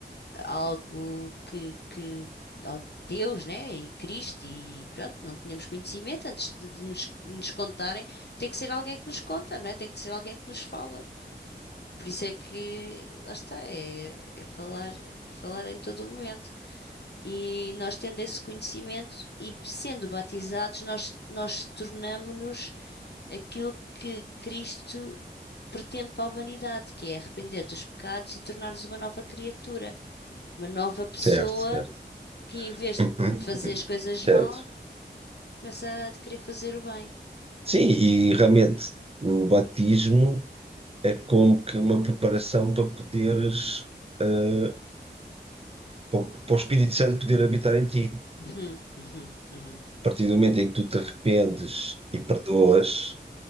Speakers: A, on the left; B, on the right.
A: algo que, que al- Deus, né? E Cristo, e pronto, não tínhamos conhecimento antes de, de nos, nos contarem. Tem que ser alguém que nos conta, não é? Tem que ser alguém que nos fala. Por isso é que, lá está, é, é falar, falar em todo o momento. E nós tendo esse conhecimento e sendo batizados, nós, nós tornamo-nos aquilo que Cristo pretende para a humanidade, que é arrepender dos pecados e tornar-nos uma nova criatura, uma nova pessoa
B: certo, certo.
A: que, em vez
B: Uhum,
A: de fazer
B: uhum,
A: as coisas
B: Certo.
A: mal, começa a querer fazer o bem.
B: Sim, e realmente o batismo é como que uma preparação para poderes, eh, para o para o Espírito Santo poder habitar em ti.
A: Uhum, uhum, uhum.
B: A partir do momento em que tu te arrependes e perdoas,